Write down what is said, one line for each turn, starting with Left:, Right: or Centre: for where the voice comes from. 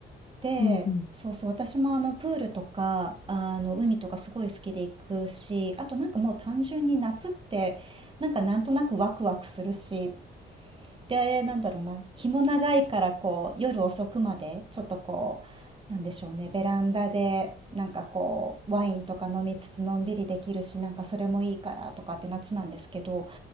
Right: で、
Left: うんうん
Right: そうそう、私もあのプールとか、あの海とかすごい好きで行くし、あとなんかもう単純に夏ってなんかなんとなくワクワクするし、で、なんだろうな、日も長いからこう、夜遅くまで、ちょっとこう、なんでしょうね、ベランダで、なんかこう、ワインとか飲みつつのんびりできるし、なんかそれもいいからとかって夏なんですけど、